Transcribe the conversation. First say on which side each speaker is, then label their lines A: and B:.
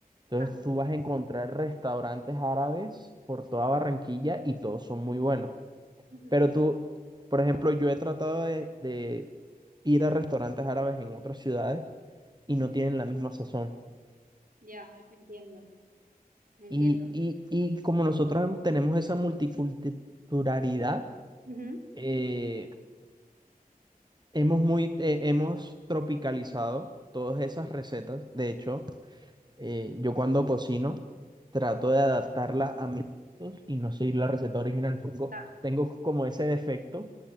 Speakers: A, on the right; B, on the right.
A: Entonces
B: Ah,
A: tú vas a encontrar restaurantes árabes por toda Barranquilla y todos son muy buenos.
B: Ujú,
A: Pero tú, por ejemplo, yo he tratado de, de ir a restaurantes árabes en otras ciudades y no tienen la misma sazón.
B: Ya, entiendo. entiendo.
A: Y, y, y como nosotros tenemos esa multiculturalidad,
B: Ujú,
A: eh, hemos, muy, eh, hemos tropicalizado todas esas recetas. De hecho, Eh, yo cuando cocino trato de adaptarla a mis gustos y no seguir la receta original. Tengo,
B: Claro.
A: tengo como ese defecto,